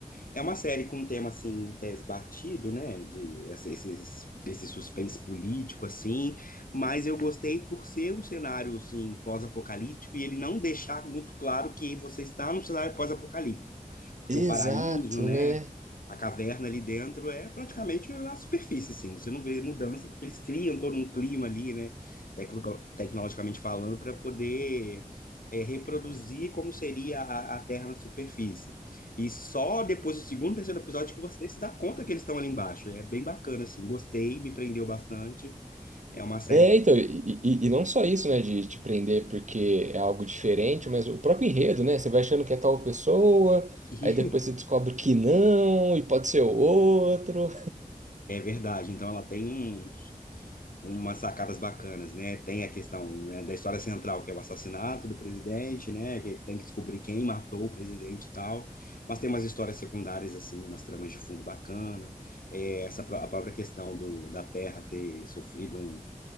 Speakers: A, on the left; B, on the right.
A: É uma série com um tema, assim, em tese batido, né? De essa- esses, esse suspense político, assim. Mas eu gostei por ser um cenário, assim, pós-apocalíptico e ele não deixar muito claro que você está num cenário pós-apocalíptico. Porque
B: Exato,
A: o paraíso, né?
B: né?
A: A caverna ali dentro é praticamente a superfície, assim. Você não vê mudança porque eles criam todo um clima ali, né? tecno- Tecnologicamente falando, para poder é, reproduzir como seria a, a Terra na superfície. E só depois do segundo, terceiro episódio que você se dá conta que eles estão ali embaixo. É bem bacana, assim. Gostei, me prendeu bastante. É uma série
B: É, então, e, e- e não só isso, né, de te prender porque é algo diferente, mas o próprio enredo, né? Você vai achando que é tal pessoa,
A: que
B: aí depois você
A: <laughs>
B: descobre que não, e pode ser outro.
A: é verdade. Então ela tem uns, umas sacadas bacanas, né? Tem a questão, né, da história central, que é o assassinato do presidente, né? Que tem que descobrir quem matou o presidente e tal. Mas tem umas histórias secundárias, assim, umas tramas de fundo bacana. É, essa, pró- a própria questão do, da Terra ter sofrido um,